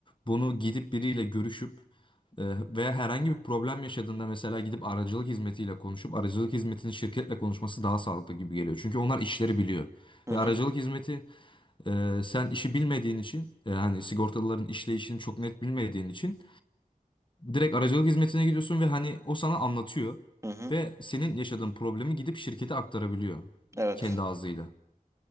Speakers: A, on the left; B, on the right.
A: bunu gidip biriyle görüşüp e, veya herhangi bir problem yaşadığında mesela gidip aracılık hizmetiyle konuşup aracılık hizmetinin şirketle konuşması daha sağlıklı gibi geliyor. Çünkü onlar işleri biliyor.
B: Hı
A: Ve
B: hı.
A: aracılık hizmeti e, sen işi bilmediğin için e, hani sigortalıların işleyişini çok net bilmediğin için Direkt aracılık hizmetine gidiyorsun ve hani o sana anlatıyor
B: Hı hı.
A: ve senin yaşadığın problemi gidip şirkete aktarabiliyor
B: Evet.
A: kendi ağzıyla.